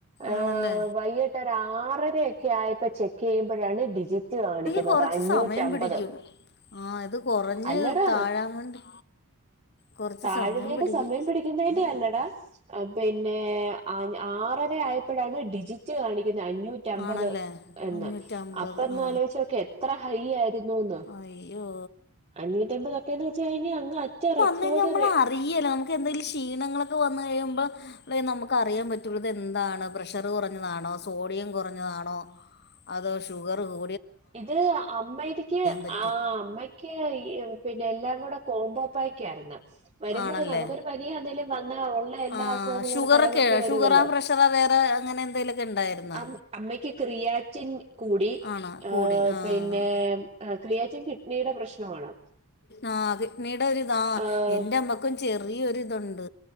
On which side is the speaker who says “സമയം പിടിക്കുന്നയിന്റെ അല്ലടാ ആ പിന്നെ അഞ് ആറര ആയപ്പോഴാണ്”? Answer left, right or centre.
Right